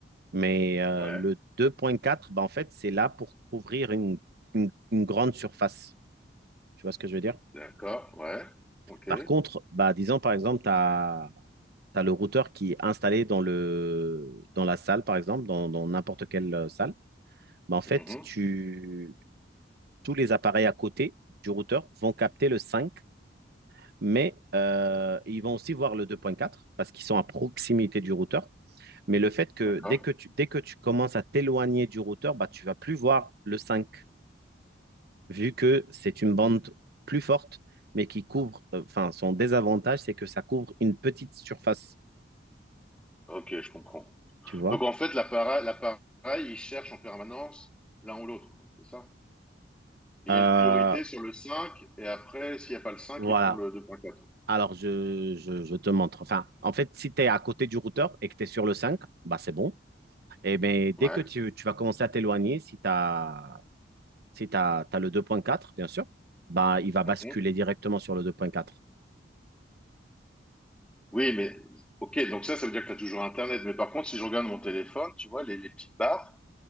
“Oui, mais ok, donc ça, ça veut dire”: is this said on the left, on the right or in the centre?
Centre